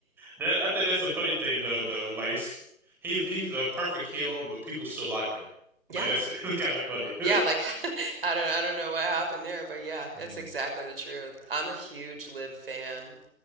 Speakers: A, in the centre; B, on the right.
A: That I think that's a funny thing though. Though, like it's- he's he's a perfect heel, but people still like him. Like
B: Yeah.
A: that's, <laughs> that's kind of funny. <laughs>
B: Yeah, like <laughs> I don't I don't know what happened there, but yeah, that's
A: Mm.
B: exactly the truth. I'm a huge Liv fan.